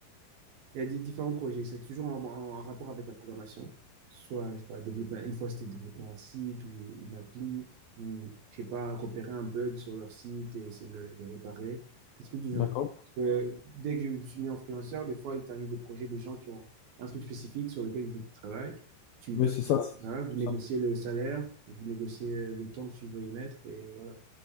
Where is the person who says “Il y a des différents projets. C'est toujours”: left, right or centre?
Right